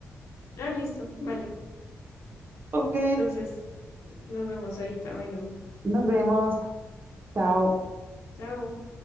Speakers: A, on the left; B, on the right.
A: Ah, listo, vale.
B: Ok,
A: Entonces, nos vemos ahorita. Bueno,
B: nos vemos. Chao.
A: chao.